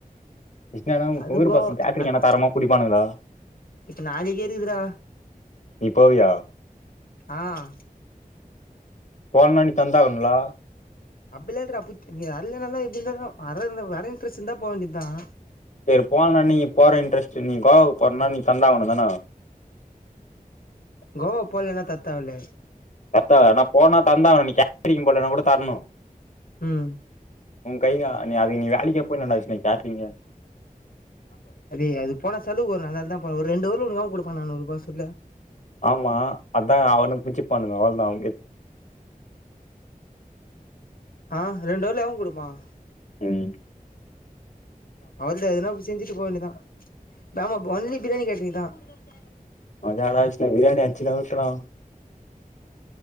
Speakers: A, on the left; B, on the left.
A: விஷ்ணு அண்ண
B: அது
A: ஊர்
B: கோ
A: பசங்க கேட்டரிங்னா
B: அது
A: தரமா புடிப்பானுங்களா
B: இப்ப நாலக்குறதுரா
A: நீப்போவியா
B: ஆஹ்
A: போன் பன்னி தந்தாவுனுங்களா
B: அப்டி இ அப்ப அலல்லா எப்டி இரு வர இன்டரெஸ்ட் இருந்தா போக வேண்டியதான்
A: சரி போலாம் நீங்க போற இன்டரெஸ்ட் சரி நீ கோவுக்கு போறனா நீ தந்தவும்தானா
B: கோவா போலன்னா தர தேவயில்ல
A: சத்த ஆன போனா தந்தாகணும் நீ கேட்டரிங் போல கூட தரணும்
B: உம்
A: உன் கைகா நீ அது நீ வேலக்கு போயடா விஷன கேட்டரிங்
B: அடிய அதுன சலவு வரும் அதாலான் போ ஒரு ரெண்டுலடு பப்ப நானூறுபா சொல்ல
A: ஆமா அதான் அவளும் பிச்சு பானுங்க அவ்ளோதான்
B: ஆஹ் ரெண்டு வேல எவன் கொடுப்பான்
A: உம்
B: அவளல எதுனா செஞ்சுட்டு போ வேண்டியதுதான் ஆமாஒன்லி பிரியாணி கேட்டரிங் தான் தேஜான
A: மதிய ஆச்சுன்னா பிரியாணி அடிச்சுநவுத்துலாம்